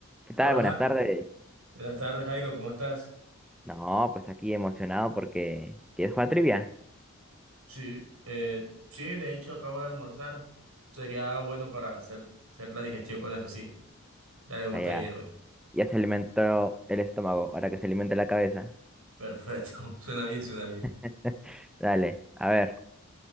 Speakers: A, in the centre; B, on the right (about 80°).
A: ¿Qué tal?
B: Hola,
A: Buenas
B: Ja-
A: tardes.
B: buenas tardes, Jairo, ¿cómo estás?
A: No, pues aquí emocionado porque ¿quieres jugar trivia?
B: Sí, eh, sí, de hecho acabo de almorzar. Sería bueno para hacer, hacer la digestión con eso, sí. Dale, me
A: O
B: gustaría,
A: sea, ya,
B: güey.
A: ya se alimentó el estómago, ahora que se alimente la cabeza.
B: Perfecto. <laughs> Suena bien, suena bien.
A: <laughs> Dale, a ver.